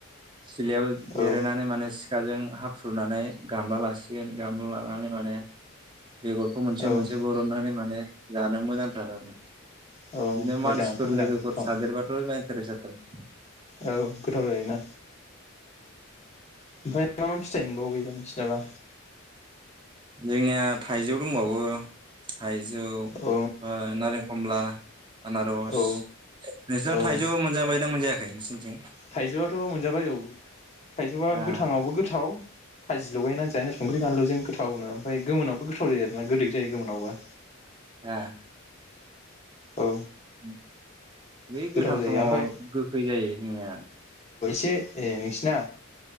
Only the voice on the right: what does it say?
सिलायाव
जिरायनानै माने सिखाजों हाब फ्रुनानै गामला लास सिगोन गामला लानानै माने बेगरखौ मोनसे
मोनसे बरननानै मा ने जानो मोजांथार आरो। बिदिनो
मानसिफोर
लोगोफोर
थादेरबाथ' इन्टारेस्ट जाथारो।
जोंनिया थाइजौ दंबावो थाइज जौ ओ
नारें, खमला। आनारस
नोंसानाव
थाइजौ मोनजा बायना मोनजायाखै? गायनोसै थिं
आ
ओ
उम बै
गोथां
समाव
गोखै जायो जोंनिया